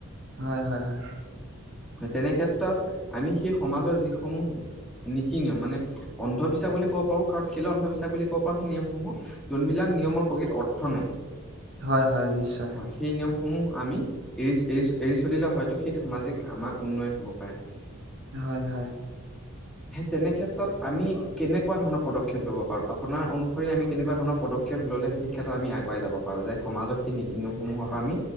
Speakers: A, on the right (about 55°); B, in the centre.
A: হয় হয় হয়।
B: তেনে ক্ষেত্ৰত আমি সেই সমাজৰ যিসমূহ নীতি নিয়ম মানে অন্ধবিশ্বাস বুলি ক'ব পাৰোঁ। কাৰণ কেলৈ অন্ধবিশ্বাস বুলি ক'ব পাৰোঁ সেই নিয়মসমূহক যোনবিলাক নিয়মৰ প্ৰকৃত অৰ্থ নাই।
A: হয় হয় নিশ্চয়
B: হয়। সেই নিয়মসমূহ আমি এৰি এৰিচ - এৰি চলিলে হয়তো সেই সামাজিক আমাৰ উন্নয়ন হব পাৰে।
A: হয় হয়।
B: তেনেক্ষেত্ৰত আমি কেনেকুৱা ধৰণৰ পদক্ষেপ ল'ব পাৰোঁ? আপোনাৰ অনুসৰি আমি কেনেকুৱা ধৰণৰ পদক্ষেপ ল'লে সেই ক্ষেত্ৰত আমি আগুৱাই যাব পাৰো যে সমাজৰ সেই নীত নিয়মসমূহৰ পৰা আমি